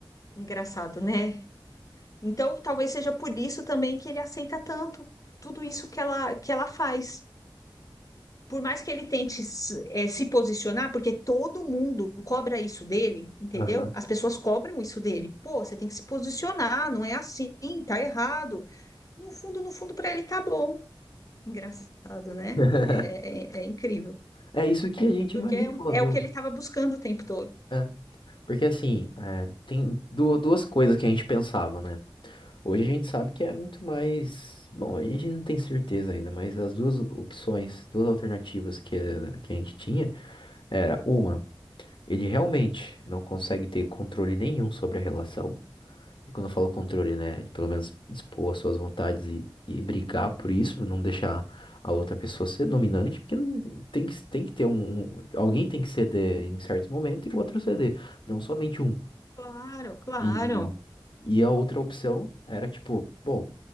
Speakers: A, on the left; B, on the left.
A: Engraçado, né? Então, talvez seja por isso também que ele aceita tanto tudo isso que ela, que ela faz. Por mais que ele tente é, se posicionar, porque todo mundo cobra isso dele, entendeu?
B: Aham.
A: As pessoas cobram isso dele. Pô, você tem que se posicionar, não é assim, tá errado. No fundo, no fundo, para ele tá bom. Engraçado, né?
B: <laughs>
A: é, é, é incrível.
B: É isso que a gente
A: Porque
B: imaginou,
A: é um, é
B: viu?
A: o que ele estava buscando o tempo todo.
B: É. Porque assim, é, tem du- duas coisas que a gente pensava, né? Hoje a gente sabe que é muito mais. Bom, a gente não tem certeza ainda, mas as duas opções, duas alternativas que, que a gente tinha era uma, ele realmente não consegue ter controle nenhum sobre a relação. E quando eu falo controle, né, de pelo menos expor as suas vontades e, e brigar por isso, não deixar a outra pessoa ser dominante, porque não- tem que, tem que ter um. um- Alguém tem que ceder em certos momentos e o outro ceder. Não somente um.
A: Claro, claro.
B: E, e a outra opção era tipo, bom,